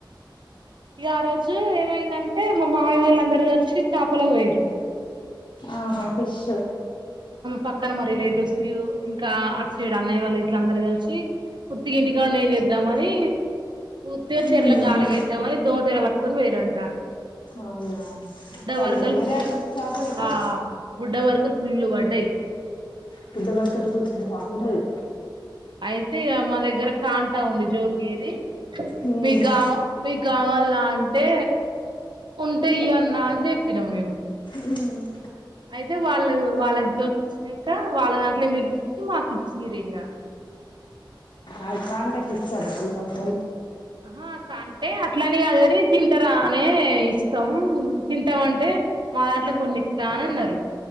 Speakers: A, on the right; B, on the left.
A: ఇగ ఆ రోజు ఏమైందంటే మా మామయ్య వాళ్ళచ్చి అందరు కలిసి చాపలకు పోయిన్రు
B: ఆహా ఫిష్
A: పక్కన మా రిలేటివ్స్ ఇంకా అటుసైడ్ అన్నయ్య వాళ్ళు అందరు కలిసి ఉత్తిగా ఇంటికానుండి ఏం చేద్దామని ఉత్తిగా చెరువులో
B: మ్మ్
A: గాలం వేద్దామని దోమతేరా పట్టుకొని పోయిరంట
B: అవునా
A: బుడ్డ
B: పడ్డాయి
A: పర్కలు
B: మరి
A: ఫుల్
B: ఆ రోజు చేపలు ఎక్కువ
A: ఆ బుడ్డ పర్కలు ఫుల్ పడ్డయి
B: బుడ్డ పర్కల పులుసు బాగుంటది
A: అయితే ఇగ మా దగ్గర కాంటా ఉంది జోకేది
B: మ్మ్
A: మీకు కావాలా నీకు కావాల్నా అంటే ఉంటే ఇయ్యన్న అని చెప్పినాం మేము
B: మ్మ్
A: అయితే వాళ్ళు వాళ్ళకి జోకి ఇచ్చినంకా వాళ్ళ దాంట్లో మిగిలింది మాకు ఇచ్చిన్లు ఇంకా
B: అ కాంటకి ఇస్తారా అది కంపల్సరి
A: ఆ అంటే అట్లనే కాదుగని తింటరా అని ఇస్తం తింటామంటే మా దాంట్లో కొన్ని ఇస్తా అని అన్నారు